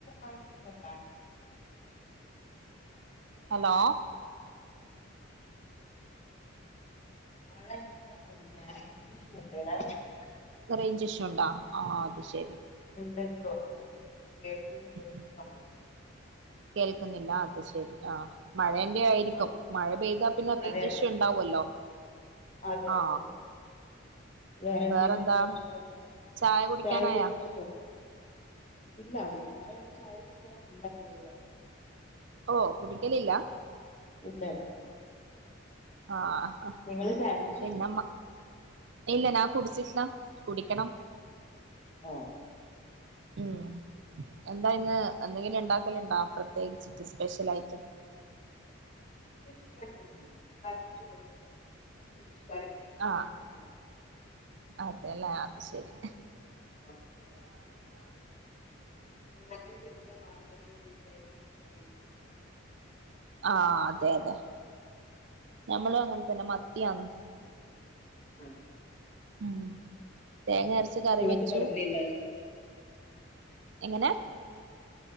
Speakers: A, on the left; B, on the right.
A: അങ്ങനൊന്നുല്ലാട്ടോ
B: ഹലോ
A: <unintelligible>
B: റേഞ്ച്ശു ണ്ടോ ആ അത് ശെരി
A: ഇണ്ടെന്ന് തോന്നുന്നു കേൾക്ക്ന്നില്ല ചെല
B: ഉം
A: സമയത്ത്
B: കേൾക്കുന്നില്ല അത് ശരി ആ മഴ- ആയിരിക്കും
A: ഓക്കെ
B: മഴ പെയ്താ പിന്നെ റേൻജ്
A: അതെ
B: ഇഷു
A: അതെ
B: ഉണ്ടാവല്ലോ
A: അതെ
B: ആ
A: അതെ അതെ വേറെ
B: വേറന്താ
A: എന്തുണ്ട് വിശേഷങ്ങളൊക്കെ
B: ചായ കുടിക്കാനായോ
A: ചായൊക്കെ കുടിച്ചോ ഇല്ല വൈകുന്നേരം ഇനി ചായ കുടിക്കും ഇല്ല പൊതുവെ
B: ഓ കുടിക്കലില്ല
A: ഇല്ല
B: ആഹ്
A: നിങ്ങള് ചായ കുടിച്ചോ
B: പിന്നെമ്മ ഇല്ല നാ കുടിച്ചിട്ടില്ല കുടിക്കണം
A: ആഹ്
B: ഉം എന്താ ഇന്ന് എന്തെങ്കിലും ഇണ്ടാക്കല് ഇണ്ടോ പ്രത്യേകിച്ചിട്ട് സ്പെഷ്യൽ ആയിട്ട്
A: സ്പെഷ്യൽ ആയിട്ടൊന്നും ഇല്ല സാതാ ചോറും ഫിഷ് കറിയും ഫിഷ് ഫ്രൈയും
B: ആ
A: തന്നെയാണ്
B: അതെല്ലേ അത് ശെരി
A: <unintelligible> ഇത്രേം ചെയ്ത് തേങ്ങരച്ച് കറി വെച്ച്
B: ആ അതെ അതെ ഞമ്മളും അങ്ങന പിന്നെ മത്യാന്ന്
A: ആ
B: ഉം തേങ്ങരച്ച് കറി
A: സ്കൂളൊക്കെ
B: വെച്ചു
A: തുറന്നില്ലേ
B: എങ്ങനെ